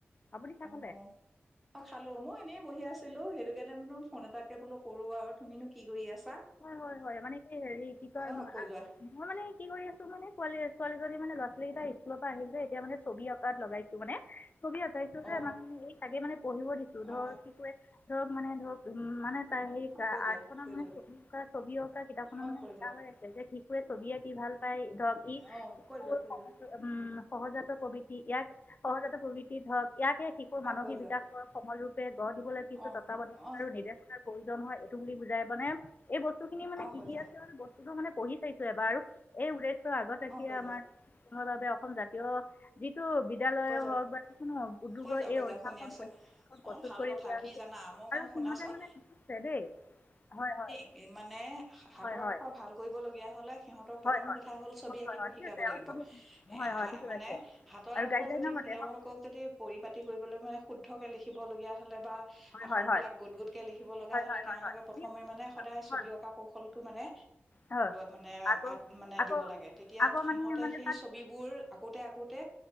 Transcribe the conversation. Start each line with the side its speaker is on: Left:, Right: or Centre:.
Left: আপুনি চাহ
Centre: অহ
Left: খালে?
Centre: খালো মই এনেই বহি আছিলো সেইটো <unintelligible> ফোন এটাকে বোলো কৰো আৰু তুমিনো কি কৰি আছা
Left: হয় হয় হয় মানে কি হেৰি কি কয়
Centre: অ
Left: <unintelligible>
Centre: কৈ যোৱা
Left: মই মানে কি কৰি আছো মানে ছোৱালী ছোৱালীজনী মানে ল'ৰা ছোৱালী কেইটা স্কুলৰ পৰা আহিল যে এতিয়া মানে ছবি অঁকাত লগাইছো মানে ছবি আকাইছো হে
Centre: অ
Left: মানে এই তাকে মানে পঢ়িব দিছো ধৰ
Centre: অ
Left: কি কয় ধক মানে ধক উম মানে <unintelligible>
Centre: কৈ যোৱা
Left: আৰ্ট খনত
Centre: কৈ
Left: মানে
Centre: যোৱা
Left: তাৰ ছবি অঁকা কিতাপখনৰ
Centre: অ
Left: মানে
Centre: কৈ
Left: লেখা
Centre: যোৱা
Left: আছে যে <unintelligible> ছবি আঁকি কি ভাল পায় ধৰক ই <unintelligible>
Centre: অ কৈ
Left: উম
Centre: যোৱা কৈ যোৱা
Left: সহজাত প্ৰভৃতি ইয়াক সহজাত প্ৰভৃতিত ধৰক ইয়াকে শিশুৰ
Centre: অ
Left: মানসিক
Centre: কৈ যোৱা
Left: বিকাশৰ সময়ৰূপ গঢ় দিবলৈ কিছু
Centre: অ
Left: তত্বাৱধক
Centre: অ
Left: আৰু নিৰ্দেশনা প্ৰয়োজন হয় এইটো বুলি বুজাই মানে এই বস্তু খিনি মানে
Centre: অ
Left: কি
Centre: কৈ
Left: কি
Centre: যোৱা
Left: আছে বস্তুটো মানে পঢ়ি চাইছো এবাৰ আৰু এই উদ্দে আগত ৰাখিয়ে
Centre: অ কৈ যোৱা
Left: আমাৰ <unintelligible> বাবে অসম জাতীয় সেইটো বিদ্যালয়ে
Centre: কৈ যোৱা
Left: হওক বা যিকোনো উদ্যোগৰ
Centre: কৈ যোৱা কৈ
Left: এই
Centre: যোৱা
Left: অদ্যাসন
Centre: শুনি আছো
Left: প্ৰস্তুত
Centre: অ ভাল
Left: কৰি
Centre: কথা
Left: উলিয়া
Centre: কি
Left: হৈছে
Centre: জানা মই কওঁ
Left: আৰু
Centre: শুনাচোন
Left: সিহতে মানে শিকিছে দেই হয় হয়
Centre: এই মানে হাতৰ
Left: হয় হয়
Centre: আখৰ ভাল কৰিবলগীয়া হ'লে প্ৰথম
Left: হয় হয়
Centre: কথা হ'ল ছবি
Left: হয়
Centre: আঁকিব
Left: হয় হয়
Centre: শিকাব
Left: ঠিক আছে
Centre: লাগিব
Left: আৰু চবে হয় হয়
Centre: হা
Left: ঠিকে
Centre: মানে
Left: আছে
Centre: হাতৰ
Left: আৰু গাইডলাইনৰ
Centre: যদি
Left: মতে
Centre: তেওঁলোকক
Left: হয়
Centre: যদি পৰি পাতি কৰিবলৈ মানে শুদ্ধ কে লিখিবলগীয়া হ'লে বা
Left: হয়
Centre: আখৰ
Left: হয় হয়
Centre: বিলাক গোট গোটকে লিখিব লগা
Left: হয়
Centre: হলে
Left: হয়
Centre: তেওঁলোকে
Left: হয় হয়
Centre: প্ৰথমে
Left: ঠিক আছে
Centre: মানে সদায় ছবি
Left: হয়
Centre: অঁকা কৌশলটো মানে
Left: হয়
Centre: মানে
Left: আকৌ
Centre: মানে
Left: আকৌ
Centre: দিব লাগে তেতিয়া
Left: আকৌ
Centre: সিহঁতে
Left: মানে মানে
Centre: সেই ছবিবোৰ আকোতে আকোতে